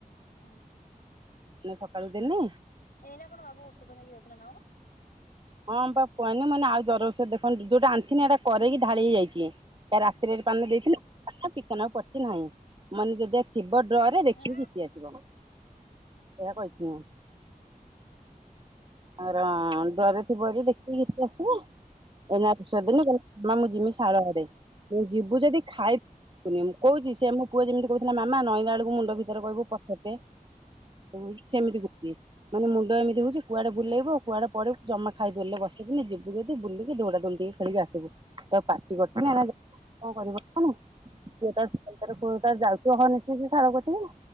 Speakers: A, on the left (about 75°); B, on the right (about 35°).
A: ହଁ।
B: ମୁଁ ସକାଳୁ ଦେନି।
A: ଏଇନା କଣ ବାବୁ ଔଷଧ ନେଇକି ଯଉଥିଲା ନା କଣ।
B: ହଁମ ବା କୁହନି ମାନେ ଆଉ ଜର ଔଷଧ ଦେଖନ୍ତୁ ଯୋଉଟା ଆଣିଥିନି ଏଟା କରରେକି ଢାଳି ହେଇଯାଇଚି। ରାତିରେ ପାନେ ଦେଇଥିନୁ ଆଉ ଟିକେ ନାକୁ ପଡିଚି ନାହିଁ ମନେ ଯଦିଆ ଥିବ ଡ୍ରରେ ଦେଖିକି
A: ହୁଁ
B: ଘିତି ଆସିବ ଏହା କହିିଥି ମୁଁ।
A: ହୁଁ।
B: ଆର ଡ୍ରରେ ଥିବ ଯଦି ଦେଖିକି ଘିତିଆସିବ ଏଇନା ଶୋଦିଲେ କହିଲେ ମା ମୁଁ ଯିମି ସାଳଆଡେ ମୁଁ ଯିବୁ ଯଦି ଖାଇ କୁନିଆ ମୁଁ କଉଚି ସିଏ ମୋ ପୁଅ ଯେମିତି କହୁଥିଲା ମାମା ନଇଲା ବେଳକୁ ମୁଣ୍ଡ ଭିତରେ କହିବୁ ପଛଟେ <unintelligible> ମାନେ ମୁଣ୍ଡ ଏମିତି ହଉଚି କୁଆଡେ ବୁଲେଇବ କୁଆଡେ ପଡିବୁ ଜମା ଖାଇଦେଲେ ରେ ବସିବୁନି ଯିବୁ ଯଦି ବୁଲିକି ଦୌଡା ଦୌଡିି ଟିକେ ଖେଳିକି ଆସିବୁ ତ ପାଟି କରିଥିଲି ଏଣେ ଯେ କଣ କରିବ କାମ ସେ ତାର ସେ ତାର କଣ ତାର ଯାଉଚି ହନିଶିକି ସାଳ କତିକି।